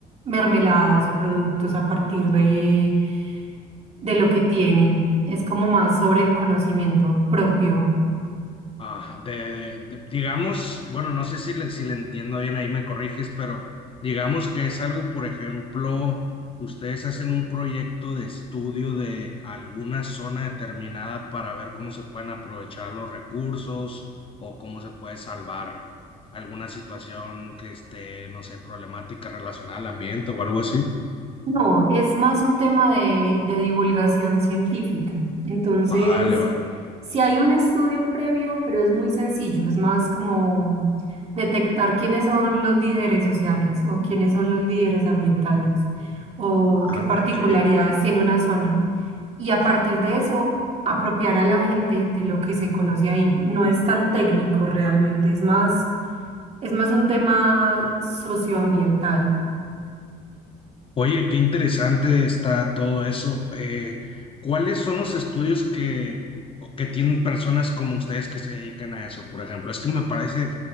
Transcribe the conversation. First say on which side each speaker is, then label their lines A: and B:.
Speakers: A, on the right (about 40°); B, on the left (about 30°).
A: mermeladas o productos a partir de, de lo que tienen. Es como más sobre el conocimiento propio.
B: Ajá, de, de- digamos, bueno, no sé si le, si le entiendo bien, ahí me corriges, pero digamos que es algo, por ejemplo, ustedes hacen un proyecto de estudio de alguna zona determinada para ver cómo se pueden aprovechar los recursos o cómo se puede salvar alguna situación que esté, no sé, problemática relacionada al ambiente o algo así.
A: No, es más un tema de, de divulgación científica. Entonces,
B: Vale, vale.
A: si hay un estudio previo, pero es muy sencillo, es más como detectar quiénes son los líderes sociales o quiénes son los líderes ambientales o
B: Ah,
A: qué particularidades
B: ok.
A: tiene una zona. y a partir de eso apropiar a la gente de lo que se conoce ahí. No es tan técnico realmente, es más, es más un tema socioambiental.
B: Oye, qué interesante está todo eso. Eh, ¿cuáles son los estudios que, que tienen personas como ustedes que se dedican a eso, por ejemplo? Es que me parece,